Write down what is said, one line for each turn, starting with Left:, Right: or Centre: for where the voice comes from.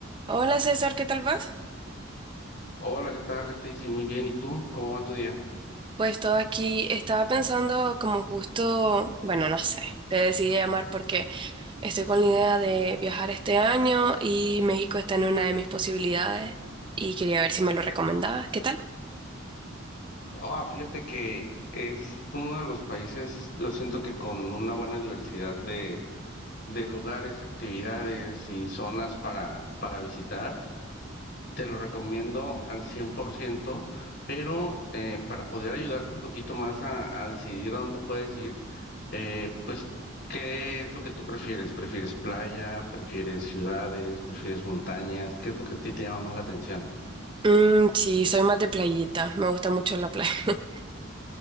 Right: Hola César, ¿qué tal vas?
Left: Hola, ¿qué tal, Stacy? Muy bien. ¿Y tú? ¿Cómo va tu día?
Right: Pues todo aquí estaba pensando como justo, bueno, no sé, te decidí llamar porque estoy con la idea de viajar este año y México está en una de mis posibilidades y quería ver si me lo recomendabas, ¿qué tal?
Left: Ah, fíjate que es uno de los países, yo siento que con una buena diversidad de, de lugares, actividades y zonas para, para visitar. Te lo recomiendo al 100%. pero eh, para poder ayudarte un poquito más a, a decidir a dónde puedes ir, eh, pues, ¿qué es lo que tú prefieres? ¿Prefieres playa? ¿Prefieres ciudades? ¿Prefieres montañas? ¿Qué es lo que a ti te llama más la atención?
Right: Mm, sí, soy más de playita, me gusta mucho la playa. <laughs>